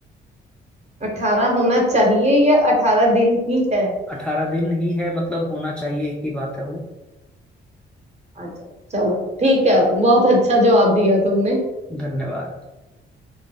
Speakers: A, on the right; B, in the centre.
A: अठारह होना चाहिए या अठारह दिन ही है
B: अठारह दिन ही है मतलब होना चाहिए एक ही बात है वो
A: अच्छा चलो ठीक है बहुत अच्छा जवाब दिया तुमने
B: धन्यवाद